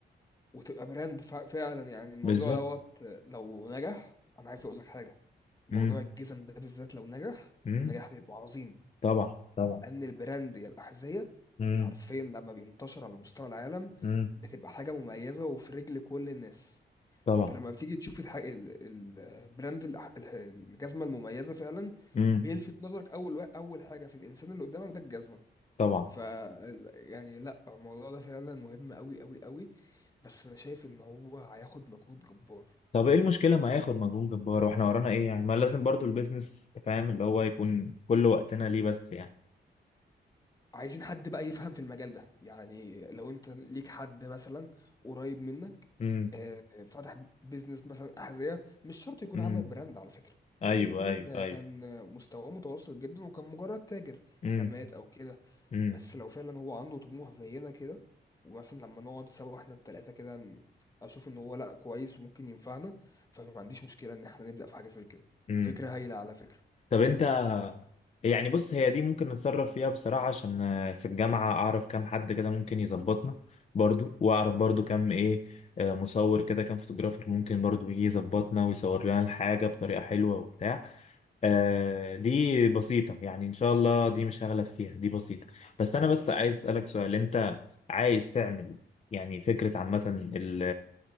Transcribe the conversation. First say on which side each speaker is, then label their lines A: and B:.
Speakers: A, on the left (about 20°); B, on the left (about 35°).
A: وتبقى براند ف... فعلا يعني الموضوع
B: بالظبط
A: دوت آه، لو نجح أنا عايز أقول لك حاجة موضوع
B: امم
A: الجزم ده بالذات لو نجح
B: امم
A: النجاح بيبقى عظيم
B: طبعا طبعا
A: ان البراند يا الاحذيه
B: امم
A: حرفيا لما بينتشر على مستوى العالم
B: امم
A: بتبقى حاجه مميزه وفي رجل كل الناس
B: طبعا
A: انت لما بتيجي تشوف الح... ال- ال- البراند الح- الح- الجزمه المميزه فعلا
B: امم
A: بيلفت نظرك اول وا- اول حاجه في الانسان اللي قدامك ده الجزمه
B: طبعا
A: ف يعني لا الموضوع ده فعلا مهم قوي قوي قوي بس انا شايف ان هو هياخد مجهود جبار
B: طب ايه المشكلة ما ياخد مجهود جبار واحنا ورانا ايه يعني ما لازم برضو البيزنس فاهم اللي هو يكون كل وقتنا ليه بس يعني
A: عايزين حد بقى يفهم في المجال ده يعني لو انت ليك حد مثلا قريب منك
B: امم
A: آه، فتح بيزنس مثلا أحذية مش شرط يكون
B: امم
A: عمل براند على فكرة
B: ايوه
A: ممكن يكون
B: ايوه
A: آه،
B: ايوه
A: كان آه، مستواه متوسط جدا وكان مجرد تاجر
B: امم
A: خامات او كده
B: امم
A: بس لو فعلا هو عنده طموح زينا كده ومثلا لما نقعد سوا احنا التلاتة كده ن- اشوف ان هو لا كويس وممكن ينفعنا فما عنديش مشكلة ان احنا نبدأ في حاجة زي كده
B: امم
A: فكرة هايلة على فكرة
B: طب انت يعني بص هي دي ممكن نتصرف فيها بصراحة عشان آه، في الجامعة اعرف كام حد كده ممكن يظبطنا برضو واعرف برضو كام ايه آه، مصور كده كام فوتوغرافر ممكن برضو يجي يظبطنا ويصور لنا الحاجة بطريقة حلوة وبتاع آه دي بسيطة يعني إن شاء الله دي مش هغلب فيها دي بسيطة بس أنا بس عايز أسألك سؤال أنت عايز تعمل يعني فكرة عامة ال